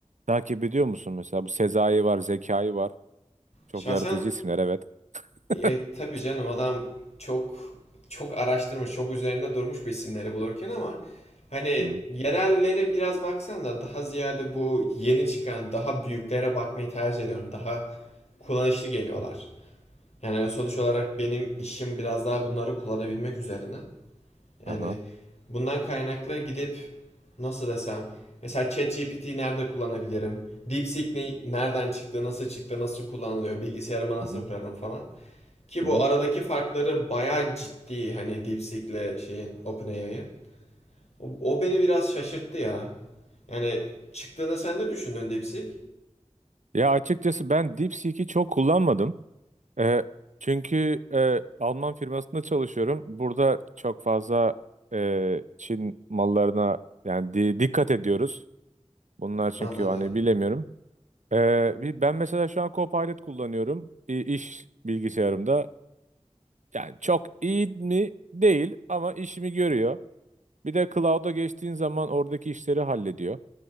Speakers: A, on the right (about 90°); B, on the left (about 65°).
A: Takip ediyor musun mesela? Bu Sezai var, Zekai var. Çok
B: Şahsen
A: yaratıcı isimler evet.
B: e,
A: <laughs>
B: tabii canım adam çok çok araştırmış, çok üzerinde durmuş bu isimleri bulurken ama hani
A: Hı,
B: yerellere biraz baksan da daha ziyade bu yeni çıkan daha büyüklere bakmayı tercih ediyorum. Daha kullanışlı geliyorlar. Yani sonuç olarak benim işim biraz daha bunları kullanabilmek üzerine. Yani
A: aha,
B: bundan kaynaklı gidip nasıl desem mesela ChatGPT'yi nerede kullanabilirim? DeepSeek ne, nereden çıktı, nasıl çıktı, nasıl kullanılıyor, bilgisayarıma nasıl
A: hı hı,
B: kurarım falan. Ki
A: hı
B: bu
A: hı.
B: aradaki farkları bayağı ciddi hani DeepSeek'le şeyin OpenAI'ın. O, o beni biraz şaşırttı ya. Yani çıktığını sen de düşündün DeepSeek.
A: Ya açıkçası ben DeepSeek'i çok kullanmadım. Ee, çünkü e, Alman firmasında çalışıyorum. Burada çok fazla e, Çin mallarına yani di- dikkat ediyoruz. Bunlar çünkü
B: Anladım.
A: hani bilemiyorum. Ee, bir- ben mesela şu an Copilot kullanıyorum i- iş bilgisayarımda. Yani çok iyi mi? Değil ama işimi görüyor. Bir de cloud'a geçtiğin zaman oradaki işleri hallediyor.